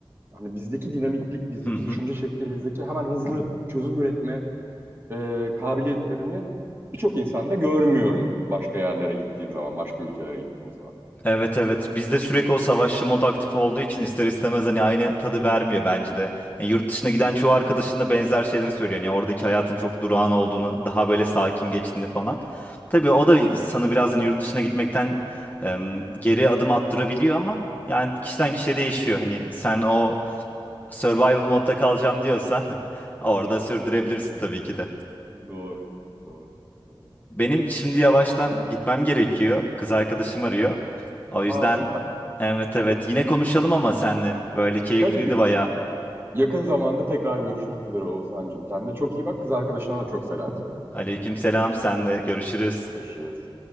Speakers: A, on the right; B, on the left.
A: hani bizdeki dinamiklik, bizdeki
B: Hı hı.
A: düşünce şekli, bizdeki hemen hızlı çözüm üretme e, kabiliyetlerini birçok insanda görmüyorum başka yerlere gittiğim zaman, başka ülkelere gittiğim zaman.
B: Evet evet. Bizde sürekli o savaşçı mod aktif olduğu için ister istemez hani aynı tadı vermiyor bence de. Yani yurt dışına giden çoğu arkadaşın da benzer şeyleri söylüyor. Yani oradaki hayatın çok durağan olduğunu, daha böyle sakin geçtiğini falan. Tabii o da insanı biraz hani yurt dışına gitmekten em, geri adım attırabiliyor ama yani kişiden kişiye değişiyor. Hani sen o survival modda kalacağım diyorsan <laughs> orada sürdürebilirsin tabii ki de.
A: Doğru, doğru, doğru.
B: Benim şimdi yavaştan gitmem gerekiyor. Kız arkadaşım arıyor. O yüzden
A: Aa süper.
B: evet evet yine konuşalım ama senle. Böyle keyifliydi
A: Tabii gö-
B: bayağı.
A: yakın zamanda tekrar görüşmek üzere Oğuzhan'cığım. Kendine çok iyi bak. Kız arkadaşına da çok selam söyle.
B: Aleyküm selam sen de görüşürüz.
A: Görüşürüz.